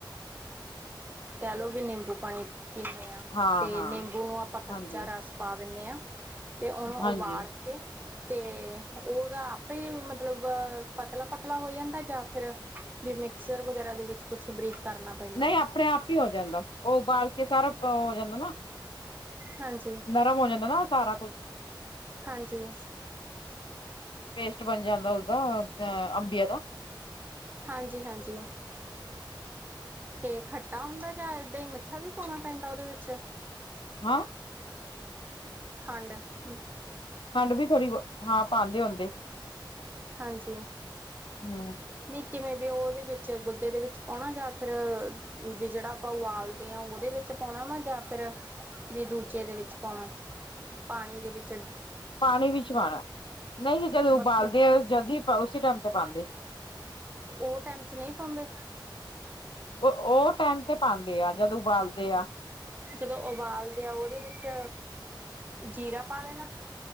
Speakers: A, on the right; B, on the left.
A: ਕਹ ਲਓ ਵੀ ਨਿੰਬੂ ਪਾਣੀ ਪੀਣੇ ਆ।
B: ਹਾਂ
A: ਤੇ
B: ਹਾਂ
A: ਨਿੰਬੂ ਨੂੰ ਆਪਾਂ ਕੱਚਾ
B: ਹਾਂਜੀ,
A: ਰਸ ਪਾਕ <unintelligible> ਤੇ ਉਹਨੂੰ
B: ਹਾਂਜੀ
A: ਉਵਾਲ ਕੇ <unintelligible> ਹ ਉਦਾ ਆਪੇਈ ਮਤਲਬ ਬਬ ਪਤਲਾ ਪਤਲਾ ਹੋ ਯੰਦਾ ਜਾਂ ਫਿਰ ਬੀ ਮਿਕਸਰ ਵਗੈਰਾ ਦੇ ਵਿੱਚ ਕੁਛ ਬਰੀਕ ਕਰਨਾ ਪੈਂਦਾ
B: ਨਈ ਆਪਣੇ ਆਪ ਈ ਹੋ ਜਾਂਦਾ ।ਉਹ ਉਬਾਲ ਕੇ ਸਾਰਾ ਅ ਜਾਂਦਾ ਨਾ।
A: ਹਾਂਜੀ
B: ਨਰਮ ਹੋਯਨਦਾਂ ਨਾ ਸਾਰਾ ਕੁਛ।
A: ਹਾਂਜੀ
B: ਫੇਰ? ਬਣ ਜਾਂਦਾ ਉਸਦਾ ਅੰਬੀਆਂ ਦਾ
A: ਹਾਂਜੀ ਹਾਂਜੀ <unintelligible> ਤੇ ਖੱਟਾ ਹੁੰਦਾ ਜਾਂ ਏਦਾਂ ਈ ਮਿੱਠਾ ਵੀ ਪਉਣਾ ਪੈਂਦਾ ਉਹਦੇ ਵਿੱਚ?
B: ਹਾਂ।
A: ਖੰਡ। ਮਸ
B: ਖੰਡ ਵੀ ਥੋੜ੍ਹੀ ਬੋ ਹਾਂ ਪਾਣਦੇ ਹੁੰਦੇ।
A: ਹਾਂਜੀ ।
B: ਹਮ
A: ਨੀ ਕਿਵੇਂ? ਵੀ ਉਹਦੇ ਵਿੱਚ ਗੁਦੇ ਦੇ ਵਿੱਚ ਪਾਉਣਾ ਜਾਂ ਫਿਰ ਅ ਅ ਅ ਵੀ ਜੇੜਾ ਆਪਾਂ ਉਵਾਲਦੇ ਆ ।ਉਹਦੇ ਵਿੱਚ ਪਉਣਾ ਵਾ ਜਾਂ ਫੇਰ ਵੀ ਦੂਜੇ ਦੇ ਵਿੱਚ ਪਉਣਾ ।ਪਾਣੀ ਦੇ ਵਿੱਚ ਜ?
B: ਪਾਣੀ ਵੀ ਸ਼ਵਾਨਾ ਨਈ ਤਾ ਜਦੋਂ ਉਬਾਲਦੇ
A: ਵੱਖਰੇ
B: ਅ ਜਦ ਵੀ ਪਾਓ ਉਸੇ ਟਾਈਮ ਤੇ ਪਾਂਦੇ।
A: ਉਹ ਟਾਈਮ ਚ ਨਹੀਂ ਪਾਉਂਦੇ
B: ਉਹ ਉਹ ਟਾਈਮ ਤੇ ਪਾਂਦੇ ਆ ਜਦ ਉਬਾਲਦ ਦੇ ਆ
A: ਜਦੋਂ ਉਬਾਲਦੇ ਆ ਉਹਦੇ ਵਿੱਚ ਜੀਰਾ ਪਾ ਲੈਣਾ।